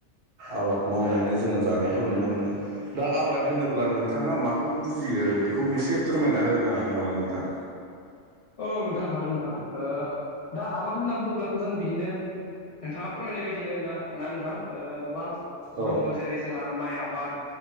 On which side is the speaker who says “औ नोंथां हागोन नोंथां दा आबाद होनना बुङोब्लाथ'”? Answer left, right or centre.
Left